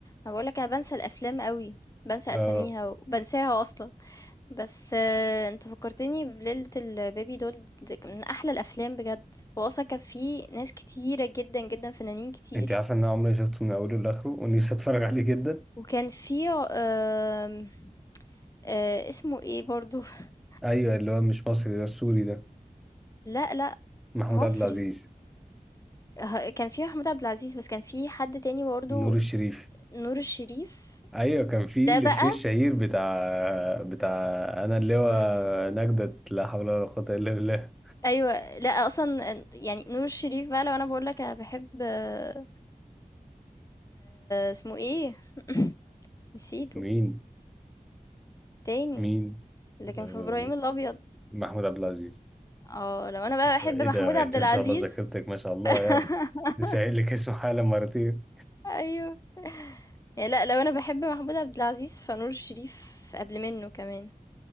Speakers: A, on the left; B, in the centre.
A: أنا باقول لك أنا بانسى الأفلام أوي، بانسى
B: لأ
A: أساميها وبانساها أصلًا، بس آه، أنت فكّرتني بليلة الBaby doll دي ك من أحلى الأفلام بجد، هو أصلًا كان في ناس كتيرة جدًا، جدًا، فنانين كتير،
B: انت عارفه ان انا عمري ما شفته من اوله لاخره ونفسي اتفرج عليه جدا
A: وكان في ع آمم، آآ، اسمه إيه برضه؟ <laughs>
B: ايوه اللي هو مش مصري ده السوري ده
A: لأ، لأ،
B: محمود
A: مصري
B: عبد العزيز
A: ه كان في محمود عبد العزيز، بس كان في حد تاني برضه
B: نور الشريف
A: نور الشريف،
B: ايوه كان في
A: ده
B: الافيه
A: بقى
B: الشهير بتاع بتاع انا اللي هو
A: إمم.
B: نجدة لا حول ولا قوه الا بالله
A: أيوه، لأ أصلًا أن يعني نور الشريف بقى لو أنا باقول لك أنا باحب آآ اسمه إيه؟ <laughs> نسيته،
B: مين
A: التاني
B: مين
A: اللي كان
B: آه،
A: في إبراهيم الأبيض،
B: محمود عبد العزيز
A: آه، لو أنا بقى باحب
B: ايه
A: محمود
B: ده
A: عبد
B: انت
A: العزيز
B: ما شاء الله ذاكرتك ما شاء الله
A: <laughs>
B: يعني سائل لك اسمه حالا مرتين
A: أيوه، يعني لأ لو أنا باحب محمود عبد العزيز فنور الشريف قبل منّه كمان،